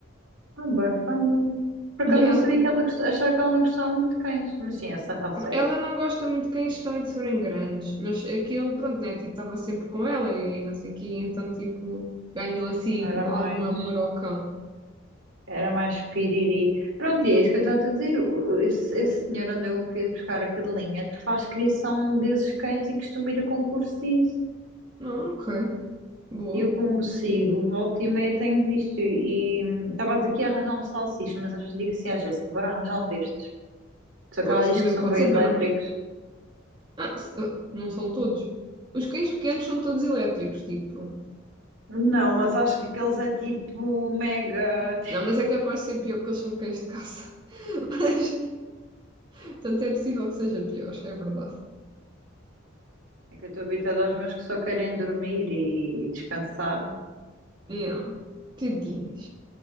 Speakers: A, on the right; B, on the right.
A: Ah, bem funny. Por acaso
B: Yeah.
A: não sabia que ela gost... achava que ela não gostava muito de cães. Mas sim, essa raça é...
B: Ela não gosta muito de cães, especialmente se forem grandes, mas aquele, pronto, né? Tipo, estava sempre com ela e não sei o quê, então, tipo, ganhou assim
A: Era
B: algum
A: mais...
B: amor ao cão.
A: Era mais piriri. Pronto, e é isso que eu estava a dizer. O- o- Esse, esse senhor onde eu fui buscar a cadelinha faz criação desses cães e costuma ir a concursos e isso.
B: Não, ok, boa.
A: e Eu como sigo, volta e meia tenho visto e hum, estava a dizer que ia arranjar um salsicha, mas às vezes digo assim à Jéssica, bora arranjar um destes. Só que
B: Pois,
A: ela diz
B: também
A: que são
B: pode
A: bem
B: ser,
A: elétricos.
B: para não. Ah, se- ah, não são todos. Os cães pequenos são todos elétricos, tipo.
A: Não, mas acho que aqueles é tipo mega.
B: Não, mas é capaz de ser
A: <laughs>
B: pior porque eles são cães de caça. <laughs> Mas, Portanto, é possível que seja pior, é verdade.
A: É que eu estou habituada aos meus que só querem dormir e descansar. Se
B: Não, Tadinhos.